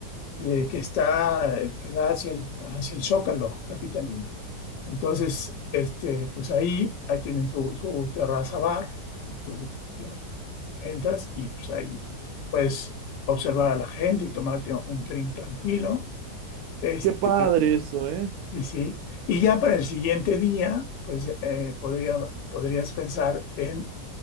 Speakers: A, on the left; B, on the right.
A: eh, que está, que da hacia el, hacia el Zócalo capitalino. Entonces, este, pues ahí, ahí tienen su, su terraza bar, entonces ya entras y pues ahí puedes observar a la gente y tomarte un drink tranquilo. Este,
B: Qué padre eso, ¿eh?
A: sí, sí. Y ya para el siguiente día, pues eh, podría, podrías pensar en